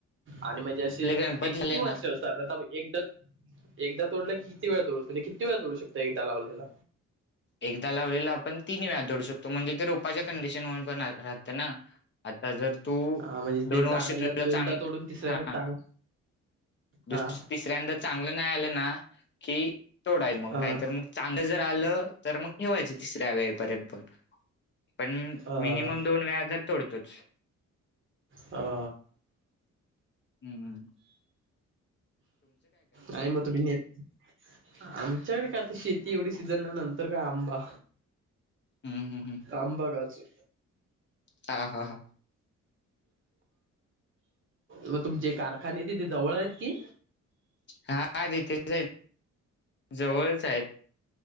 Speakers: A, on the right; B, on the left.
A: आणि म्हणजे असे
B: गणपती
A: ते किती
B: झाले
A: वर्ष
B: ना
A: असतात? आता एकदा एकदा तोडलं की किती वेळ तोडू? तो कणी किती वेळा तोडू शकतोय एकदा लावलेला?
B: एकदा लावलेलं आपण तीन वेळा तोडू शकतो म्हणजे ते रोपाच्या कंडिशनवर पण राहतं ना? आता जर तू
A: हा म्हणजे ते
B: दोन
A: चांगला
B: वर्ष तुझ
A: दोनदा
B: चांग
A: तोडून तिसऱ्याने
B: हा
A: चांग
B: दुस
A: हा
B: तिसऱ्यांदा चांगलं नाही आलं ना, कि तोडायच मग
A: अ
B: नाहीतर मग चांगलं जर आलं तर मग ठेवायच तिसऱ्या वेळेपर्यंत पण, पण
A: अ
B: मिनिमम दोन वेळा तर तोड तच.
A: हा.
B: हू हू.
A: आणि म तुम्ही नेत आमच्याकडे काय आता शेती एवढी सीझन न नंतर न काय आंबा?
B: हम्म हम्म हम्म.
A: आंबा, काजू
B: हा हा हा.
A: म तुमचे कारखाने तिथे जवळ आहेत कि
B: हा तिथेच आहेत जवळच हायेत.